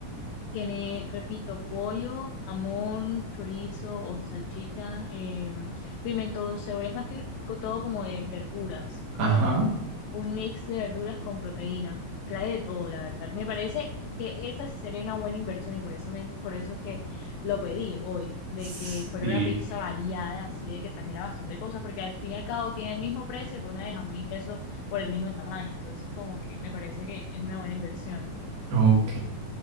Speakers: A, on the left; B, on the right.
A: Tiene, repito, pollo, jamón, chorizo o salchicha, eh, pimentón, cebolla, es más que co- todo como de verduras, es como
B: Ajá.
A: un mix de verduras con proteína. Trae de todo, la verdad. Me parece que esta sí sería una buena inversión y por eso, me, por eso que lo pedí hoy, de
B: Sí.
A: que fuera una pizza variada, así de que trajera bastante cosas, porque al fin y al cabo tiene el mismo precio que una de jamón y queso por el mismo tamaño, entonces como que me parece que es una buena inversión.
B: Ok.